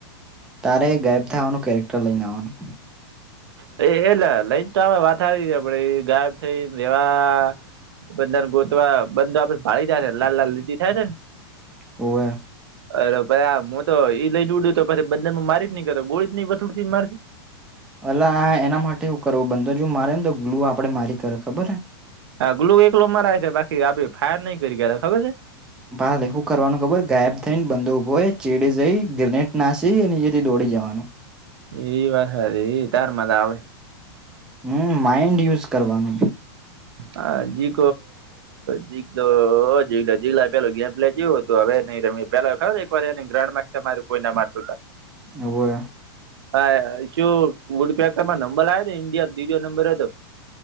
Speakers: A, in the centre; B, on the right.
A: તારે ગાયબ થાવાનું કેરેક્ટર લઈને આવવાનું
B: એ એલે લઈને તો વાથ આવી ગ આપડે ગાયબ થઈ રેવા બધાને ગોતવા બંધો આપડે ભાળી જાય ને લાલ લાલ દીતિ થાય ને
A: હો વે
B: અરે પછ આ હું તો ઈ લઈને ઉડય તો પછી બંને મારી જ નઈ કરતો ગળી જ નઈ વથુડતી મારતી
A: અલા આ એના માટે શું કરવું બંદો જો મારે ને તો ગ્લુ આપડે મારી કરે ખબરને
B: હા ગ્લું એકલો મારાય છે બાકી આપે ફાયર નહી કરી ગયા હતાા ખબર છે.
A: ભાલે શું કરવાનું ખબર ગાયબ થઈને બંદોભો એ ચેડીે જઈ ગ્રેનેડ ના જઈએ હીંથી દોડી જવાનુ
B: એ વાત એ તાર મજા આવે
A: હમ માઈન્ડ યુઝ કરવાનું
B: હ જી જી તો જ જીલા પેલ ગ પેલા જવું હતું હવે નઈ રમે પેલા ખ એક વાર એ ગ્રાન્ માસ્ટર મારે કોઈ ના મારતું ત
A: હવવેવે
B: હા શું વુડપેકરમાં નંબર આવ હતો ઇન્ડિયા બીજો નંબર હતો.